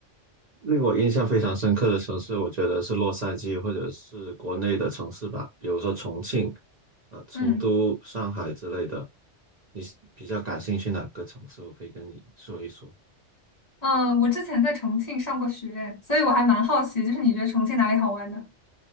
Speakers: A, on the right (about 40°); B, on the left (about 35°).
A: 令我印象非常深刻的城市，我觉得是洛杉矶或者是国内的城市吧，比如说重庆、呃，成都、
B: 嗯。
A: 上海之类的。你比较感兴趣哪个城市？我可以跟你说一说。
B: 嗯，我之前在重庆上过学，所以我还蛮好奇，就是你觉得重庆哪里好玩的？